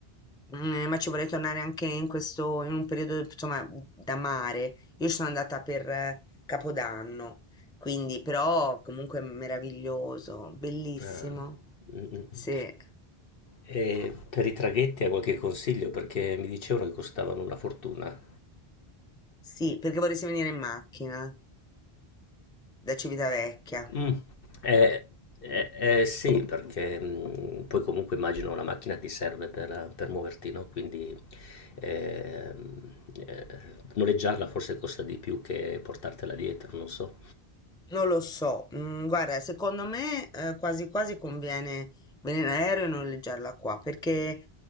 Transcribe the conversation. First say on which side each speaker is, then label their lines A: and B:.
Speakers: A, in the centre; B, on the left.
A: mm, ma ci vorrei tornare anche in questo, in un periodo, insomma, da mare. Io ci sono andata per eh, Capodanno, quindi però comunque meraviglioso, bellissimo.
B: Ah. Mm, mm, mm.
A: Sì.
B: E per i traghetti ha qualche consiglio? Perché mi dicevano che costavano una fortuna.
A: Sì, perché vorresti venire in macchina da Civitavecchia.
B: Mm. Eh, eh, eh, sì, perché mm, poi comunque immagino la macchina ti serve per, per muoverti, no? Quindi ehm, eh, noleggiarla forse costa di più che portartela dietro, non so.
A: Non lo so, mm, guarda, secondo me eh, quasi quasi conviene venire in aereo e noleggiarla qua, perché